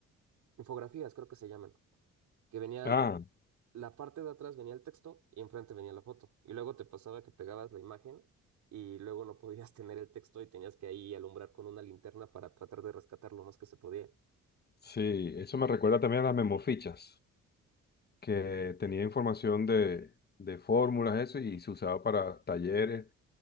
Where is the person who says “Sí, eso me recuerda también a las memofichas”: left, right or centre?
Left